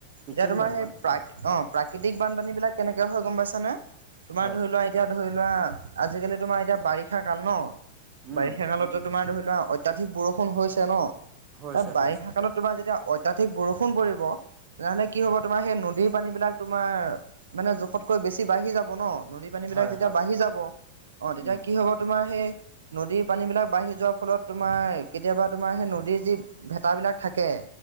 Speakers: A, on the right (about 35°); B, on the right (about 70°).
A: কৃত্ৰিম
B: এতিয়া তোমাৰ
A: বানপানী
B: সেই প্ৰাক,
A: হয়,
B: অ' প্ৰাকৃতিক বানপানী বিলাক কেনেকে হয় গম পাইছানে? তোমাৰ
A: হয়,
B: ধৰি লোৱা এতিয়া ধৰি লোৱা আজিকালি তোমাৰ এতিয়া বাৰিষা কাল ন?
A: উম।
B: বাৰিষা কালত ত তোমাৰ ধৰি লোৱা অত্যাধিক বৰষুণ হৈছে ন?
A: হৈছে,
B: বাৰিষা
A: হৈছে,
B: কালত তোমাৰ যেতিয়া অত্যাধিক বৰষুণ পৰিব, তেনেহ'লে কি হ'ব? তোমাৰ সেই নদীৰ পানী বিলাক তোমাৰ মানে জোখতকৈ বেছি বাঢ়ি যাব ন? নদী পানী বিলাক
A: হয়,
B: যেতিয়া
A: হয়,
B: বাঢ়ি যাব। অ', তেতিয়া
A: উম,
B: কি হ'ব তোমাৰ সেই নদীৰ পানী বিলাক আগবাঢ়ি যোৱাৰ ফলত তোমাৰ কেতিয়াবা তোমাৰ সেই নদীৰ যি ভেতাবিলাক থাকে